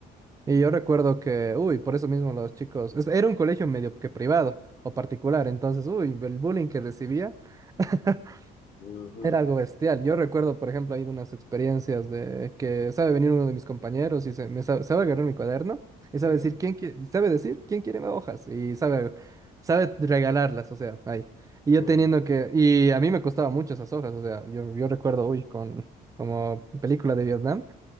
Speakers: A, on the right; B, on the left.
A: Y yo recuerdo que, uy, por eso mismo los chicos, es- era un colegio medio que privado o particular, entonces, uy, el bullying que recibía <laughs>
B: ujú.
A: era algo bestial. Yo recuerdo, por ejemplo, ahí de unas experiencias de que sabe venir uno de mis compañeros y se, me sabe, sabe agarrar mi cuaderno y sabe
B: Sí.
A: decir quién qui- sabe decir quién quiere más hojas y sabe sabe regalarlas, o sea, ahí. Y
B: Mm.
A: yo teniendo que y a mí me costaba mucho esas hojas, o sea, yo yo recuerdo, uy, con como película de Vietnam